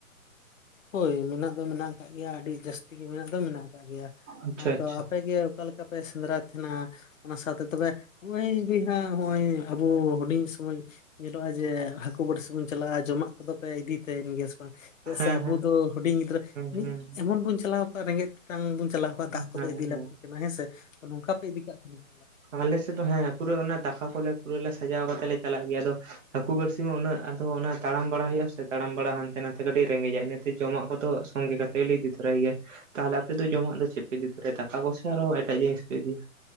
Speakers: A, on the left (about 60°); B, on the right (about 60°).
A: ᱦᱳᱭ ᱢᱮᱱᱟᱜ ᱫᱚ ᱢᱮᱱᱟᱜ ᱟᱠᱟᱫ ᱜᱮᱭᱟ ᱟᱹᱰᱤ ᱡᱟᱹᱥᱛᱤ ᱜᱮ ᱢᱮᱱᱟᱜ ᱫᱚ ᱢᱮᱱᱟᱜᱼ ᱟ ᱾ ᱜᱮᱭᱟ
B: ᱟᱪᱪᱷᱟ,
A: ᱟᱫᱚ
B: ᱟᱪᱪᱷᱟ᱾
A: ᱟᱯᱮᱜᱮ ᱚᱠᱟ ᱞᱮᱠᱟ ᱯᱮ ᱥᱮᱸᱫᱽᱨᱟᱭᱮᱫ ᱛᱟᱦᱮᱱᱟ ᱚᱱᱟ ᱥᱟᱶᱛᱮ ᱛᱚᱵᱮ..... ᱾ ᱱᱚᱜᱼᱚᱭ ᱜᱮ ᱦᱟᱸᱜ ᱦᱚᱸᱜᱼᱚᱭ ᱟᱵᱚ ᱦᱩᱰᱤᱧ ᱥᱚᱢᱚᱭ ᱧᱮᱞᱚᱜᱼᱟ ᱡᱮ.......... ᱾ ᱦᱟᱹᱠᱩ ᱵᱟᱹᱲᱥᱤ ᱵᱚᱱ ᱪᱟᱞᱟᱜᱼᱟ ᱡᱚᱢᱟᱜ ᱠᱚᱫᱚᱯᱮ ᱤᱫᱤᱭ ᱛᱟᱦᱮᱱ ᱜᱮᱭᱟᱥᱮ ᱵᱟᱝ
B: ᱦᱮᱸ
A: ᱥᱮ...... ᱾ ᱥᱮ ᱟᱵᱚ
B: ᱦᱮᱸ
A: ᱫᱚ ᱦᱩᱰᱤᱧ ᱜᱤᱫᱽᱨᱟᱹ, ᱢᱤᱫ
B: ᱦᱮᱸ
A: ᱮᱢᱚᱱ ᱵᱚᱱ ᱪᱟᱞᱟᱣ ᱠᱚᱜᱼᱟ, ᱨᱮᱸᱜᱮᱡ ᱛᱮᱛᱟᱝ ᱵᱚᱱ ᱪᱟᱞᱟᱣ.... ᱾ ᱫᱟᱜ ᱠᱚᱫᱚ
B: ᱦᱮᱸ ᱦᱮᱸ
A: ᱤᱫᱤ
B: ᱦᱮᱸ
A: ᱞᱟᱹᱠᱛᱤ ᱠᱟᱱᱟ, ᱦᱮᱸᱥᱮ, ᱛᱚ ᱱᱚᱝᱠᱟ ᱯᱮ ᱤᱫᱤ ᱠᱟᱜ ᱛᱟᱦᱮ..... ᱾
B: ᱟᱞᱮᱥᱮᱫ ᱫᱚ ᱦᱮᱸ ᱯᱩᱨᱟᱹ ᱚᱱᱟ ᱫᱟᱠᱟ ᱠᱚᱞᱮ ᱯᱩᱨᱟᱹ ᱞᱮ ᱥᱟᱡᱟᱣ ᱠᱟᱛᱮ ᱞᱮ ᱪᱟᱞᱟᱜ ᱜᱮᱭᱟ, ᱟᱫᱚ..... ᱾ ᱦᱟᱹᱠᱩ ᱵᱟᱹᱲᱥᱤ ᱢᱟ ᱩᱱᱟᱹᱜ ᱟᱫᱚ ᱚᱱᱟ ᱛᱟᱲᱟᱢ ᱵᱟᱲᱟ ᱦᱩᱭᱩᱜᱼᱟ ᱥᱮ ᱛᱟᱲᱟᱢ ᱵᱟᱲᱟ ᱦᱟᱱᱛᱮ ᱱᱟᱛᱮ ᱟᱹᱰᱤ ᱨᱮᱸᱜᱮᱡᱼᱟ ᱤᱱᱟ....... ᱾ ᱛᱮ ᱡᱚᱢᱟᱜ ᱠᱚᱫᱚ ᱥᱚᱸᱜᱮ ᱠᱟᱛᱮ ᱜᱮᱞᱮ ᱤᱫᱤ ᱛᱚᱨᱟᱭ ᱜᱮᱭᱟ ᱛᱟᱦᱚᱞᱮ ᱟᱯᱮ ᱫᱚ ᱡᱚᱢᱟᱜ ᱫᱚ..... ᱾ ᱪᱮᱫ ᱯᱮ ᱤᱫᱤ ᱛᱚᱨᱟᱭᱟ ᱫᱟᱠᱟ ᱠᱚᱥᱮ ᱟᱨᱦᱚᱸ ᱮᱴᱟᱜ ᱡᱤᱱᱤᱥ ᱯᱮ ᱤᱫᱤᱭᱟ?